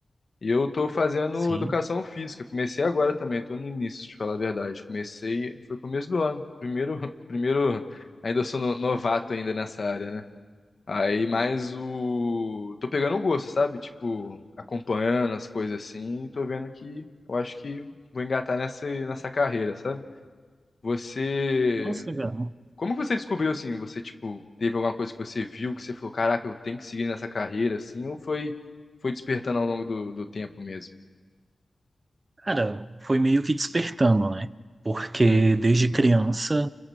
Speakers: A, on the left; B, on the right.
A: E eu tô fazendo
B: Sim.
A: educação física. Comecei agora também, tô no início, te falar a verdade. Comecei, foi começo do ano. Primeiro, <laughs> primeiro, ainda sou no- novato ainda nessa área, né? Aí, mas o... Tô pegando o gosto, sabe? Tipo, acompanhando as coisas assim e tô vendo que eu acho que vou engatar nessa, nessa carreira, sabe? Você
B: Nossa, cara.
A: como você descobriu assim? Você, tipo, teve alguma coisa que você viu que você falou, caraca, eu tenho que seguir nessa carreira, assim, ou foi, foi despertando ao longo do, do tempo mesmo?
B: Cara, foi meio que despertando, né? Porque
A: Hum.
B: desde criança